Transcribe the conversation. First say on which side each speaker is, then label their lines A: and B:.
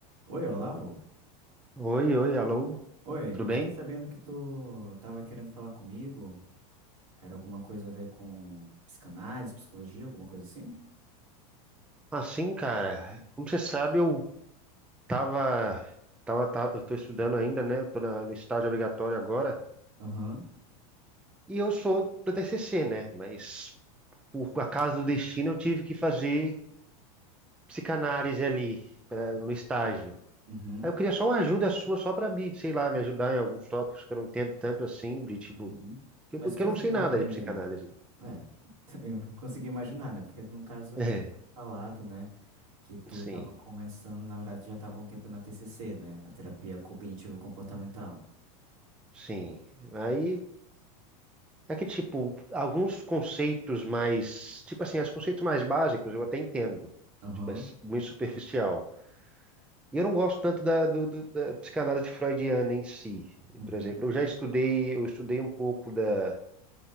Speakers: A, on the right; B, in the centre.
A: Oi, Olavo?
B: Oi, oi, alô,
A: Oi,
B: tudo
A: eu
B: bem?
A: fiquei sabendo que tu tava querendo falar comigo. Era alguma coisa a ver com psicanálise, psicologia, alguma coisa assim?
B: Assim, cara, como você sabe, eu tava, tava, ta- eu tô estudando ainda, né? Eu tô na- no estágio obrigatório agora
A: Aham.
B: e eu sou do TCC, né? Mas por acaso do destino eu tive que fazer psicanálise ali pra- no estágio.
A: Uhum.
B: Aí eu queria só uma ajuda sua, só pra mim, sei lá, me ajudar em alguns tópicos que eu não entendo tanto assim, de tipo,
A: Uhum.
B: que,
A: Mas
B: que
A: o que
B: eu
A: é
B: não
A: que
B: sei
A: tu tá
B: nada
A: aprendendo?
B: de psicanálise. <laughs>
A: É, <laughs> eu consegui imaginar, né? Porque no caso
B: É,
A: tu tinha falado, né, que tu
B: sim,
A: tava começando, na verdade já tava um tempo na TCC, né, na terapia cognitivo-comportamental.
B: sim. Aí É que, tipo, alguns conceitos mais, tipo assim, os conceitos mais básicos eu até entendo,
A: Aham.
B: tipo, é muito superficial. E eu não gosto tanto da, do- do- da psicanálise freudiana em si.
A: Uhum.
B: Por exemplo, eu já estudei, eu estudei um pouco da,